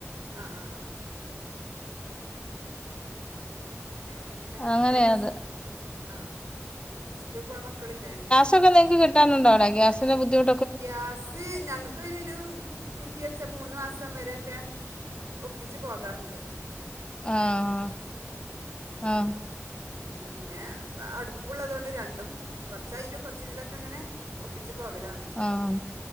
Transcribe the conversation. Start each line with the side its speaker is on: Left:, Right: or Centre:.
Right: ആഹ് ആഹ് ആഹ് ആഹ്. പിന്നെന്താ ങ്ങക്ക്
Left: അങ്ങനെയാ
Right: മക്കളൊക്കെ
Left: അത്
Right: സ്കൂ ഉം ആഹ് സ്കൂളിൽ പോണ മക്കളില്ലേ?
Left: സൊക്കെ നിങ്ങക്ക് കിട്ടാനുണ്ടൊ വടെ, ഗ്യാസിന് ബുദ്ധിമു
Right: ഗ്യാസ് ഞങ്ങക്ക് വയ്നൊരും കുറ്റി വെച്ച മൂന്ന് മാസം വരെയൊക്കെ ഒപ്പിച്ച് പോകാറ്ണ്ട്.
Left: ആഹ് ആഹ്
Right: ഉം പിന്നെ അടുപ്പുള്ളദൊണ്ട് രണ്ടും കുറച്ച അയിലും കുറച്ച് ഇതിലൊക്കെ അങ്ങനെ ഒപ്പിച്ച് പോകലാണ്
Left: ആഹ്